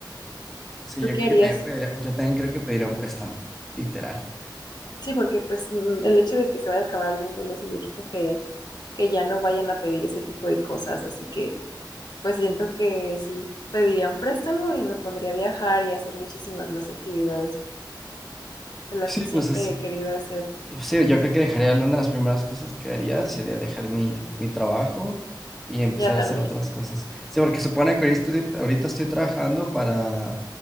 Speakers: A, in the centre; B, on the left.
A: Sí,
B: ¿Tú
A: yo
B: qué
A: creo
B: harías?
A: que también pedirá- yo también creo que pediría un préstamo, literal.
B: Sí, porque pues mm, el hecho de que se vaya a acabar el mundo no significa que, que ya no vayan a pedir ese tipo de cosas, así que pues siento que sí, pediría un préstamo y me pondría a viajar y a hacer muchísimas más actividades de las
A: Sí,
B: que siempre
A: pues es,
B: he querido hacer,
A: sí, yo creo que dejaría una de las primeras cosas que haría sería dejar mi, mi trabajo y empezar
B: ya también,
A: a hacer otras cosas. Sí, porque supone que ahorita, ahorita estoy trabajando para,